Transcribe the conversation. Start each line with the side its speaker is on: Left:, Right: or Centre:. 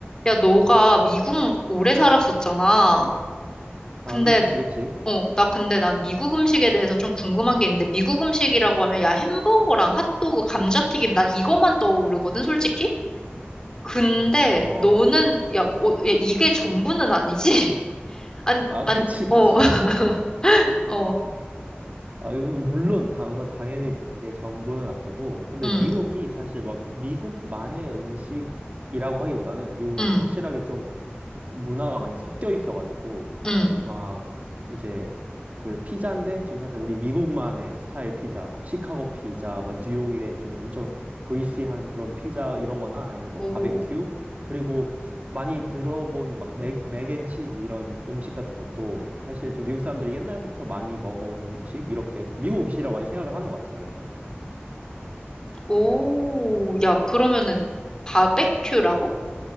Left: 야, 너가 미국 오래 살았었잖아. 근데,
Right: 아, 그치, 그치.
Left: 어, 나 근데 난 미국 음식에 대해서 좀 궁금한 게 있는데, 미국 음식이라고 하면, 야, 햄버거랑 핫도그, 감자튀김, 난 이것만 떠오르거든, 솔직히? 근데
Right: 어,
Left: 너는, 야, 어, 야, 이게 전부는 아니지? <laughs> 안,
Right: 아,
Left: 안,
Right: 그치, 그치.
Left: 어, <laughs>
Right: <laughs>
Left: 어,
Right: 아, 이거 물론, 다, 우선 당연히 그게 전부는 아니고. 근데
Left: 음,
Right: 미국이 사실 막 미국만의 음식이라고 하기보다는 미국은
Left: 음,
Right: 확실하게 좀 문화가 많이 섞여 있어가지고.
Left: 음.
Right: 막 이제 그 피자인데 좀 살짝 우리 미국만의 스타일 피자, 막 시카고 피자, 뭐 뉴욕의 좀 엄청 그리시한 그런 피자 이런 거나 아니면 뭐
Left: 오,
Right: 바베큐 그리고 많이 들어본 막 맥, 맥앤치즈 이런 음식 같은 것도 사실 좀 미국 사람들이 옛날부터 많이 먹어온 음식 이렇게 미국 음식이라고 많이 생각을 하는 것 같아. 그래서
Left: 오, 야, 그러면은, 바베큐라고?